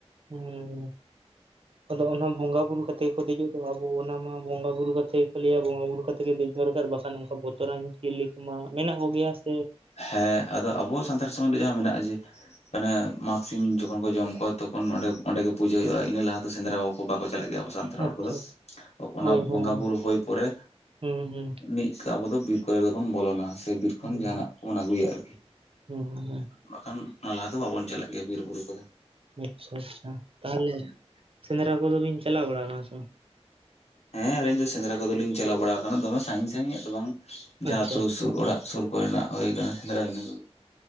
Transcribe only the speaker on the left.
ᱦᱮᱸ ᱟᱫᱚ ᱟᱵᱚ ᱥᱟᱱᱛᱟᱲ ᱥᱚᱢᱟᱡᱽ ᱨᱮ ᱡᱟᱦᱟ ᱢᱮᱱᱟᱜᱼᱟ ᱡᱮ ᱢᱟᱱᱮ ᱢᱟᱜᱽ ᱥᱤᱢ ᱡᱚᱠᱷᱚᱱ ᱠᱚ ᱡᱚᱢ ᱠᱚᱣᱟ ᱛᱚᱠᱷᱚᱱ ᱚᱸᱰᱮ ᱜᱮ ᱯᱩᱡᱟᱹ ᱦᱩᱭᱩᱜᱼᱟ, ᱤᱱᱟᱹ ᱞᱟᱦᱟ ᱫᱚ ᱥᱮᱸᱫᱽᱨᱟ ᱫᱚ ᱵᱟᱠᱚ ᱪᱟᱞᱟᱜ ᱜᱮᱭᱟ ᱾ ᱥᱟᱱᱛᱟᱲ ᱦᱚᱲ
ᱠᱚᱫᱚ ᱚᱱᱟ
ᱵᱚᱸᱜᱟ ᱵᱩᱨᱩ ᱦᱩᱭ ᱯᱚᱨᱮ
ᱢᱤᱫ ᱟᱵᱚ ᱫᱚ ᱵᱤᱨ ᱠᱚᱨᱮ ᱫᱚᱵᱚᱱ ᱵᱚᱞᱚᱱᱟ, ᱥᱮ ᱵᱤᱨ ᱠᱷᱚᱱ
ᱡᱟᱦᱟ ᱱᱟᱜ ᱠᱚᱵᱚᱱ ᱟᱹᱜᱩᱭᱟ ᱟᱨᱠᱤ ᱾
ᱵᱟᱠᱷᱟᱱ ᱚᱱᱟ ᱞᱟᱦᱟ ᱫᱚ ᱵᱟᱵᱚᱱ ᱪᱟᱞᱟᱜ ᱜᱮᱭᱟ ᱵᱤᱨᱵᱩᱨᱩ ᱠᱚᱫᱚ ᱾
ᱦᱮᱸ ᱟᱹᱞᱤᱧ ᱫᱚ ᱥᱮᱸᱫᱽᱨᱟ ᱠᱚᱫᱚᱞᱤᱧ ᱪᱟᱞᱟᱣ ᱵᱟᱲᱟ ᱟᱠᱟᱱᱟ, ᱫᱚᱢᱮ ᱥᱟᱺᱜᱤᱧ ᱥᱟᱺᱜᱤᱧ ᱟᱜ ᱫᱚ ᱵᱟᱝ ᱾ ᱡᱟᱦᱟᱸ
ᱟᱛᱩ
ᱥᱩᱨ
ᱚᱲᱟᱜ ᱥᱩᱨ ᱠᱚᱨᱮᱱᱟᱜ ᱦᱩᱭ ᱠᱟᱱᱟ ᱥᱮᱸᱫᱽᱨᱟ ᱤᱱᱟᱹ ᱠᱚᱜᱮ ᱾